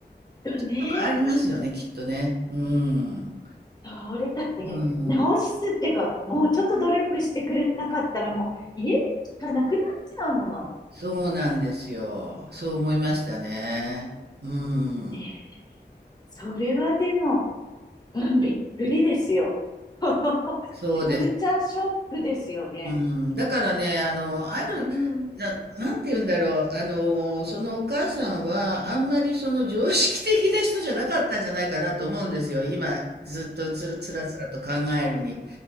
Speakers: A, on the left; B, on the right.
A: だね。
B: とかありますよね、きっとね。うん。
A: それ、だって、
B: うん。
A: 直すっていうか、もうちょっと努力してくれなかったら、もう家でしかなくなっちゃうもの。
B: そうなんですよ。そう思いましたね。う
A: ねえ。
B: ん。
A: それはでも、うん、びっくりですよ。<laughs> カルチャーショックですよね。
B: そうです。うん、だからね、あの、ある、
A: うん。
B: な、なんて言うんだろう、あの、そのお母さんは、あんまりその常識的な人じゃなかったんじゃないかなと思うんですよ。今、ずっとずる、つらつらと考えるに。